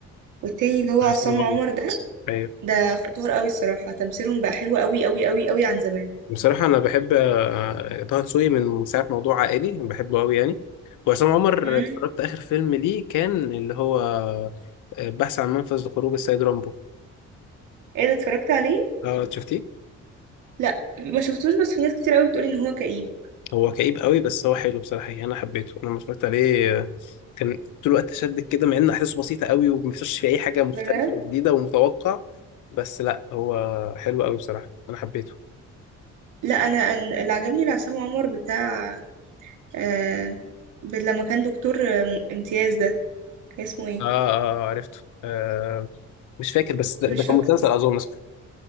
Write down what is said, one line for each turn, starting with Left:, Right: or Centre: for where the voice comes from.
Right: والتاني اللي هو
Left: بتاع
Right: عصام
Left: عصام عمر.
Right: عمر ده
Left: ايوه
Right: ده خطار قوي الصراحه تمثيلهم بقى حلو قوي قوي قوي قوي عن زمان
Left: بصراحه انا بحب آه، طه دسوقي من ساعه موضوع عائلي بحبه قوي يعني وعصام عمر
Right: امم
Left: اتفرجت اخر فيلم ليه كان اللي هو آه، بحث عن منفذ لخروج السيد رامبو
Right: ايه ده اتفرجت عليه
Left: اه شفتيه
Right: لا ما شفتوش بس في ناس كتير قوي بتقول ان هو كئيب
Left: هو كئيب قوي بس هو حلو بصراحة يعني أنا حبيته أنا لما اتفرجت عليه آه، كان طول الوقت شدك كده مع إن أحداثه بسيطة قوي وما فيش فيه أي حاجة مختلفة
Right: بجد
Left: وجديدة ومتوقع بس لا هو حلو قوي بصراحة أنا حبيته
Right: لا انا أنا- اللي عجبني لعصام عمر بتاع آه... ب- لما كان دكتور آه، امتياز ده كان اسمه ايه
Left: آه آه عرفته آه مش فاكر بس ده,
Right: مش
Left: ده كان
Right: فاكر
Left: مسلسل أظن صح